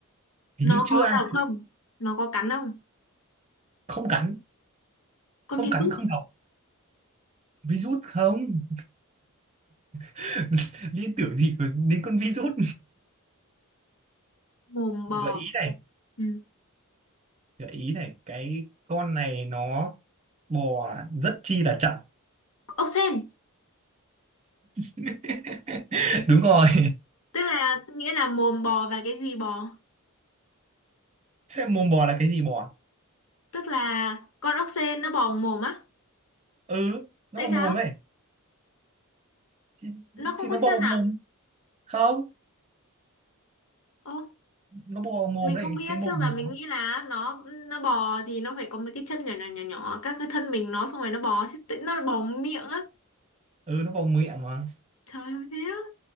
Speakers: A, on the right (about 30°); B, on the left (about 70°).
A: hình
B: Nó
A: như chưa
B: có
A: ăn
B: đau không Nó có cắn không
A: không cắn
B: Con
A: không
B: virus
A: cắn không độc virus không <laughs> liên tưởng gì của- đến con virus
B: Mồm
A: gợi
B: bò
A: ý này
B: ừ.
A: gợi ý này cái con này nó bò rất chi là chậm
B: Ốc sên
A: <laughs> đúng rồi
B: Tức là nghĩa là mồm bò và cái gì bò
A: thế mồm bò là cái gì bò
B: Tức là con ốc sên nó bò bằng mồm á
A: ừ nó
B: Tại
A: bò
B: sao
A: mồm ấy thì,
B: Nó không
A: thì
B: có
A: nó bò
B: chân
A: vào mồm
B: à
A: không
B: Ô
A: nó bò vào mồm
B: mình
A: đấy
B: không biết
A: cái mồm
B: trước là mình
A: của nó
B: nghĩ là nó nó bò thì nó phải có mấy cái chân nhỏ nhỏ nhỏ nhỏ các cái thân mình nó xong rồi nó bò chứ tự- nó bò bằng miệng á
A: ừ nó bò miệng mà
B: trời ơi thế